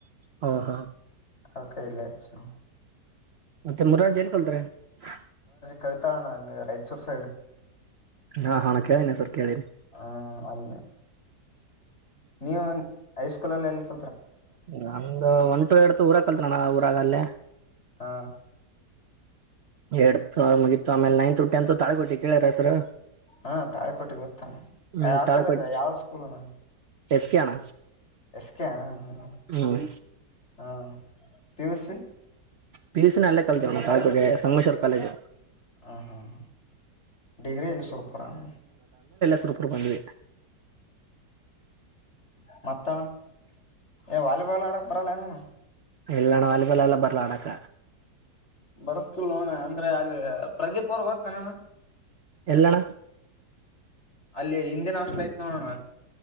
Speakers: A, on the right; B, on the left.
A: ಹಾ ಹಾ
B: ಅಡಿಕೆ ಇಲ್ಲಚ್ಚಾ ಅಣ್ಣ
A: <unintelligible>
B: ಕಳ್ತಾಳ ಅಣ್ಣ ಅಲ್ಲೇ ರೈಚೂರ್ ಸೈಡ್
A: ಹಾ ಹಾ ಕೇಳನೆ ಹೆಸರು ಕೇಳೇನೆ
B: ಹ್ಮ ಅಲ್ಲೇ ನೀವು ಹೈಸ್ಕೂಲ್ಲ್ಲಿ ಎ
A: ನಂದು ಒಂಟು ತೋ ವೈಟ್ ಊರ ಕಲ್ತ್ರಣ ಊರಾಗಲ್ಲೇ
B: ಹಾ
A: ಎಡ್ತ ಮುಗಿತ ಆಮೇಲೆ ನೈನ್ತ್ ಟೆಂತ್ ತಾಳ್ಗೋಟ್ಟಿ ಕೇಳಾರ ಹೆಸರು
B: ಹಾ ತಾಳೆಕೋಟೆಗೆ ಗ್ತಾನ
A: ಹ್ಮ್
B: ಯಾವ
A: ತಾಳಿಕೋಟಿ
B: ಕಾಲೇಜ ಯಾವ್ ಸ್ಕೂಲ್ ನನ್ಗೆ
A: ಎಸ್ ಕೆ ಅಣ್ಣ
B: ಎಸ್ ಕೆ ಹ್ಮ
A: ಹ್ಮ್
B: ಪಿಯುಸ
A: ಪಿಯುಸಿ ನು ಅಲ್ಲೇ ಕಲ್ತಿನಿ ತಅಣ್ಣ ಸಂಗೇಶ್ವರ್ ಕಾಲೇಜ್
B: ಹ್ಮ್ ಹ್ಮ್ ಡಿಗ್ರಿ ಎಲ್ಲಿ ಸುರ್ಪರಾನ
A: ಸೂಪ್ರರು ಬಂದ್ವಿ
B: ಮತ ಅಣ್ಣ ವಲಿಬೊಲ್ ಅಡ ಬರಲ್ಲನು ಅಣ್ಣ
A: ಎಲ್ಲ ಅಣ್ಣ ವಾಲಿಬಾಲ್ ಅಡಕ ಬರಲಾ ಅಣ್ಣ ಅಡಕ
B: ಬರ್ಕಲ್ಣ ಅಂದ್ರೆ ಅಲ್ಲಿ ಪ್ರದೀಪ್ ಅವರ್ಗ್ ಗೋತಾ ಅಣ್ಣ
A: ಎಲ್ಲ ಅಣ್ಣ
B: ಅಲ್ಲಿ ಹಿಂದೆಿನ ಅಷ್ಟಲಯ್ತ್ ನೋಡಣ